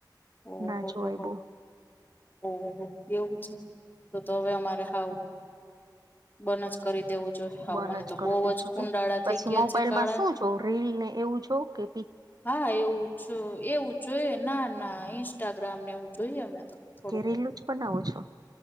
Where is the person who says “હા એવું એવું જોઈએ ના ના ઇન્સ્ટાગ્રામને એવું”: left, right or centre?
Left